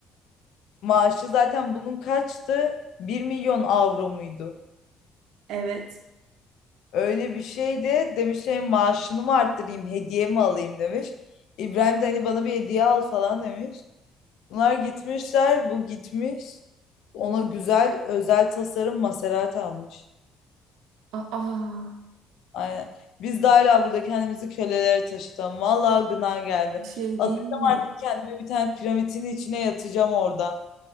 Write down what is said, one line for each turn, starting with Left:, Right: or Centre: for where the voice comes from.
Left: Maaşı zaten bunun kaçtı? bir milyon avro muydu?
Right: Evet.
Left: Öyle bir şeydi. Demiş şey maaşını mı arttırayım, hediye mi alayım demiş. İbrahim de hani bana bir hediye al falan demiş. Bunlar gitmişler, bu gitmiş. Ona güzel özel tasarım Maserati almış.
Right: Aa,
Left: Aynen. Biz de hala burada kendimizi kölelere taşıtalım. Vallahi gına geldi.
Right: bir şey
Left: Atacağım
Right: diyeyim mi?
Left: artık kendimi bir tane piramitin içine yatacağım orada.